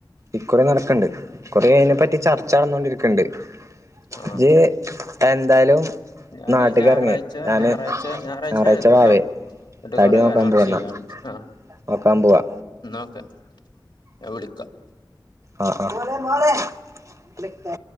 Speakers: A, on the right; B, on the left.
A: ഇക്കുറി നടക്കണുണ്ട് ഇക്കുറി അതിനെ പറ്റി ചർച്ച നടന്നോണ്ടിരിക്കിണ്ട്
B: ആഹ്
A: ഇജ് എന്തായാലും
B: ഞാന്
A: നാട്ട്ക്കെറങ്ങ്
B: ഞായറാഴ്ച്ച
A: ഞാന്
B: ഞായറാഴ്ച്ച ഞായറാഴ്ച്ച
A: ഞായറാഴ്ച
B: ഞാന് എത്തുട്ടോ
A: വാവേ
B: എന്നിട്ട്
A: തടി
B: കൊറേ
A: നോക്കാൻ
B: കാര്യങ്ങള്
A: പോവാന്നാ
B: ചെയ്യാനിണ്ട് ആ
A: നോക്കാൻ പോവാ
B: എന്നാ ഓക്കെ ഞാൻ വിളിക്കാം
A: ആ ആ ആ